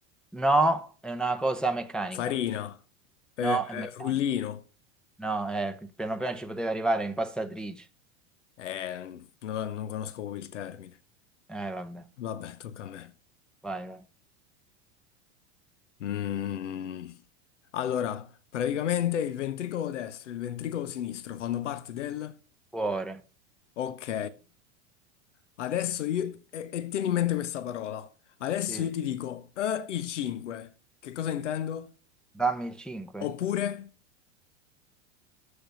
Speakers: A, in the centre; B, on the left (about 85°).
A: No, è una cosa meccanica.
B: farina, eh,
A: No, è meccanica.
B: eh, frullino.
A: No, eh, piano piano ci poteva arrivare impastatrice.
B: Eh, non, non conosco proprio il termine.
A: Eh, vabbè.
B: Vabbè, tocca a me.
A: Vai, vai.
B: Mm. Allora, praticamente il ventricolo destro e il ventricolo sinistro fanno parte del...
A: Cuore.
B: Ok. Adesso io, e, e tieni in mente questa parola. Adesso
A: Sì.
B: io ti dico eh, il 5. Che cosa intendo?
A: Dammi il 5.
B: Oppure,